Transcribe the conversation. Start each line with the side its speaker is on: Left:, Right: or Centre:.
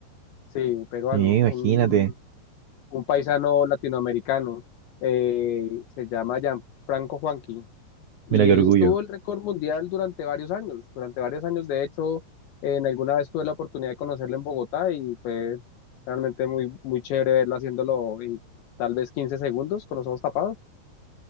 Left: sí, peruano,
Right: y imagínate,
Left: un, un- un paisano latinoamericano, eh, se llama Gianfranco Juanqui, y
Right: mira qué
Left: él
Right: orgullo.
Left: tuvo el récord mundial durante varios años, durante varios años, de hecho, en alguna vez tuve la oportunidad de conocerlo en Bogotá y fue realmente muy, muy chévere verlo haciéndolo en tal vez 15 segundos con los ojos tapados,